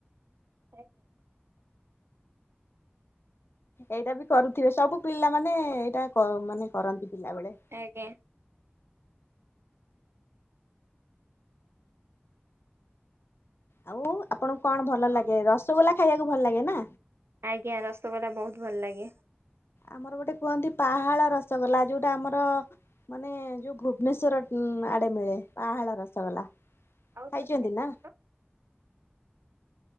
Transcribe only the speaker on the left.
ଏଇଟା ବି କରୁଥିବେ ସବୁ ପିଲାମାନେ ଏଇଟା ମାନେ କରନ୍ତି ପିଲା ବେଳେ।
ଆଉ ଆପଣଙ୍କୁ କଣ ଭଲ ଲାଗେ ରସଗୋଲା ଖାଇବାକୁ ଭଲ ଲାଗେ ନା?
ଆମର ଗୋଟେ କୁହନ୍ତି ପାହାଳ ରସଗୋଲା ଯୋଉଟା ଆମର ମାନେ ଯୋଉ ଭୁବନେଶ୍ଵର ଆଡେ ମିଳେ ପାହାଳ ରସଗଲା।
ଖାଇଚନ୍ତି
ନା?